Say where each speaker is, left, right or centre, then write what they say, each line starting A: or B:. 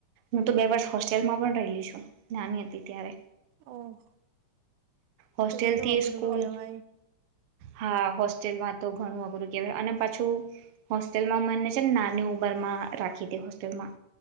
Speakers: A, on the right (about 65°); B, on the right (about 85°).
A: હું તો બે વર્ષ હોસ્ટેલમાં પણ રલી છું, નાની હતી ત્યારે
B: ઓહ
A: હોસ્ટેલથી
B: એ તો પેલું અઘરું
A: સ્કૂલ
B: કેવાય
A: હા હોસ્ટેલમાં તો ઘણું અઘરું કેવાય અને પાછું હોસ્ટેલમાં મને છે ને નાની ઉંમર માં રાખી તી હોસ્ટેલમાં